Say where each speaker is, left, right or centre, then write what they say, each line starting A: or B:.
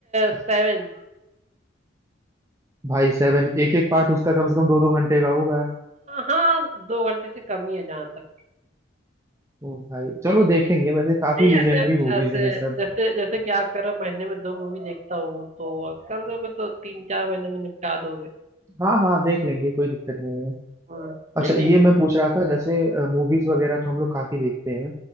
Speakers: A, on the right; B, on the right.
A: सेवन
B: भाई सेवन एक एक पार्ट उसका कम से कम दो दो घंटे का होगा
A: हाँ दो घंटे से कम ही है जहाँ तक
B: ओ भाई चलो देखेंगे वैसे काफी
A: नहीं
B: लीजेंडरी
A: ऐसे
B: मूवीज
A: ऐसे
B: हैं ये सब
A: जैसे जैसे कि आप कह रहे हो महीने में दो मूवी देखता हूँ तो कर दोगे तो तीन चार महीने में निपटा दोगे
B: हाँ हाँ देख लेंगे कोई दिक्कत नहीं है
A: हम्म,
B: अच्छा
A: नहीं नहीं
B: ये मैं पूछ रहा था जैसे मूवीज वगैरह तो हम लोग काफी देखते हैं